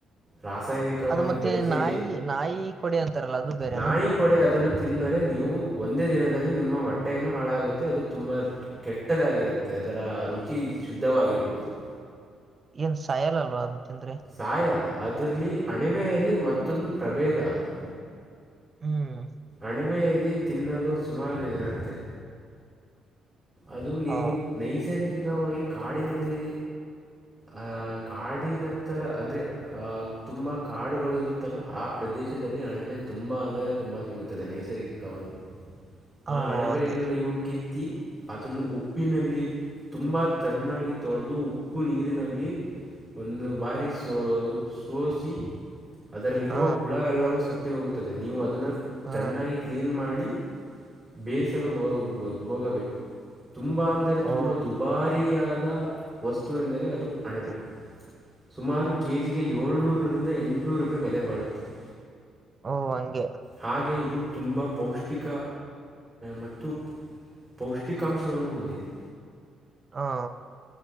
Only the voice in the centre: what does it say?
ರಾಸಾಯನಿಕವಾಗಿ
ಬೆಳೆಸಿ
ನಾಯಿ ಕೊಡೆ ಅದನ್ನು ತಿನ್ನರೆ ನೀ ನೀವು ಒಂದೇ ದಿನದ ನಿಮ್ಮ ಹೊಟ್ಟೆನ್ನು ಹಾಳಾಗುತ್ತೆ ಅದು ತುಂಬಾ ಕೆಟ್ಟದಾಗಿರುತ್ತೆ ಅದರ ರುಚಿ ಶುದ ಸ್ಧವಾಗಿರುವುದಿಲ್ಲ
ಸಾಯಲ್ಲ ಅದ್ರಲ್ಲಿ ಅಣಿವೆಯಲ್ಲಿ ಮತ್ತೊಂದು ಪ್ರಭೇದ ಅದು
ಅಣಬೆಯಲ್ಲಿ ತಿನ್ನಲು ಸುಮಾರು ಎರಂತೆೆ ಅದು ನೀವು
ನೈಸರ್ಗಿಕವಾಗಿ ಕಾಡಿನಲ್ಲಿ ಅಹ ಕಾಡಿನತ್ತರ ಅಂದ್ರೆ ಅಹ ತುಂಬಾ ಕಾಡುಗಳು ಇರುತ್ತ ಮತ್ತಲ ಆ ಪ್ರದೇಶದಲ್ಲಿ ಅಣಬೆ ತುಂಬಾ ಅಂದರೆ ತುಂಬಾ ಸಿಗುತ್ತದೆ ನೈಸರ್ಗಿಕವಾಗಿ ಆ
ಅಣೆಬೆಯನ್ನು
ನೀವು ಕಿತ್ತಿ ಅದನ್ನು ಉಪ್ಪಿನಲ್ಲಿ ತುಂಬಾ ತನ್ನಾಗಿ ತೊಳೆದು ಉಪ್ಪು ನೀರಿನಲ್ಲಿ ಒಂದು ಬಾರಿ ಸ ಸೋಸಿ ಅದರಲ್ಲಿರುವ
ಹುಳ ಎಲ್ಲವೂ ಸತ್ಯ ಹೋಗುತ್ತದೆ ನೀವು ಅದನ್ನ
ಚೆನ್ನಾಗಿ ಕ್ಲೀನ್ ಮಾಡಿ ಬೇಯಿಸಲು ಹೋಗ ಹೋಗಬೇಕು ತುಂಬ ಅಂದರೆ ತುಂಬ
ದುಬಾರಿಯಾದ ವಸ್ತು ಎಂದರೆ ಅದು
ಅಣಬೆ ಸುಮಾರು ಕೆಜಿಗೆ ಏಳ್ನೂರ ರಿಂದ ಎಂಟುನೂರು ರೂಪಾಯಿ ಬೆಲೆ ಬಾಳುತ್ತದೆ
ಹಾಗೆ ಇದು ತುಂಬಾ ಪೌಷ್ಟಿಕ ಮತ್ತು ಪೌಷ್ಟಿಕಾಂಶವನ್ನು ಹೊಂದಿದೆ